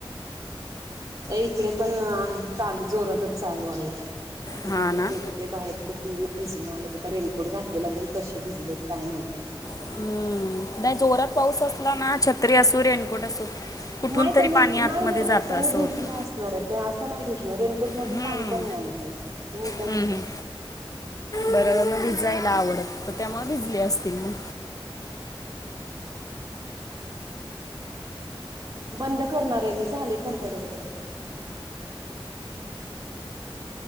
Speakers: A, on the right; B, on the left.
A: अ इकडे पण आहे चालू जोरातच चालू आहे हे
B: हा
A: दोघं
B: ना
A: गेलेले बाहेर. ते पूर्ण भिजून आलेत आता रेनकोट घातलेला तरी कसे भिजलेत काय माहिती.
B: हम्म. नाही जोरात पाऊस असला ना छत्री असू रेनकोट असू कुठून
A: नाही
B: तरी
A: त्यांनी
B: पाणी
A: नाही
B: आतमध्ये
A: नाही
B: जातं
A: त्यांनी
B: असं
A: भिजले
B: होतं
A: असणार ते असं नाही भिजणार मधून
B: हम्म.
A: पाणी नाही आहे ते ते मुद्दम
B: हम्म,
A: घस
B: हम्म. बरं मग भिजायला आवडत तर त्यामुळे भिजली असतील मग.
A: बंद करणार आहे मी झाले कम्पुटल <unintelligible>